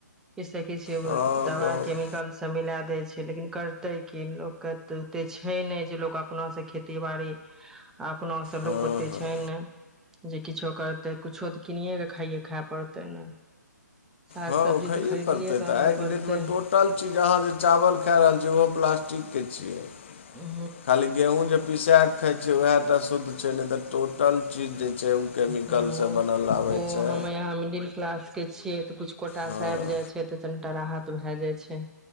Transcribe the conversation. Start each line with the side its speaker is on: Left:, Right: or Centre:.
Centre: किछ से किछु
Left: हँ
Centre: दवा
Left: बहुत
Centre: केमिकल सब मिला दे छै लेकिन करतै कि लोकके त ते छै नहि जे लोक अपनासँ खेती बाड़ी अपनो सबके
Left: हँ
Centre: लोक ओते
Left: हँ
Centre: छै ने जे किछो करतै किछो तऽ कनए कऽ खाइयए खाय पड़तै ने साग
Left: हँ
Centre: सब्जी
Left: ओ खाइए
Centre: तऽ खरीदिये
Left: पड़तै
Centre: के
Left: तऽ
Centre: आनय
Left: आइके
Centre: पड़ते
Left: डेटमे टोटल चीज अहाँ जे चावल खा रहल छियै ओहो प्लास्टिकके छियै
Centre: हूँ
Left: खाली गेहूँ जे पीसै खा छियै वएह टा शुद्ध छै नहि तऽ टोटल चीज जे छै ओ केमिकलसँ
Centre: ह
Left: बनल आबै
Centre: ओ
Left: छै
Centre: हम य मिडिल क्लास के छियै तऽ किछु कोटाासँ
Left: हँ
Centre: आब जाइ छै तऽ राहत भए जाइ छै